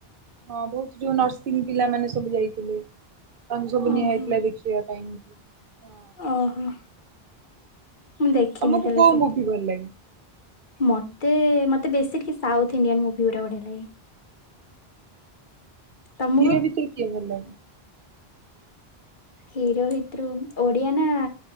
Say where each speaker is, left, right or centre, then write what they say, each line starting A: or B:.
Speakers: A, on the right; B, on the left.
A: ହଁ ବହୁତ୍ ଯୋଉ ନର୍ସିଂ ପିଲାମାନେ ସବୁ ଯାଇଥିଲେ। ତାଙ୍କ ସବୁ ନିଆ
B: ଓହୋ
A: ହେଇଥିଲା ଦେଖିବା ପାଇଁଁ କି ହଁ।
B: ଓହୋ। ମୁଁ ଦେଖିନି
A: ତମକୁ
B: ତାହେଲେ
A: କୋଉ
B: ସେ ଫିଲ୍ମ
A: ମୁଭି ଭଲ ଲାଗେ?
B: ମତେ ମତେ ବେଶୀ ଟିକେ ସାଉଥ ଇଣ୍ଡିଆନ୍ ମୁଭି ଗୁୁରା ବଢିଆ ଲାଗେ। ତମକୁ
A: ହିରୋ ଭିତରୁ କିଏ ଭଲ ଲାଗେ?
B: ହିରୋ ଭିତରୁ ଓଡ଼ିଆ ନା।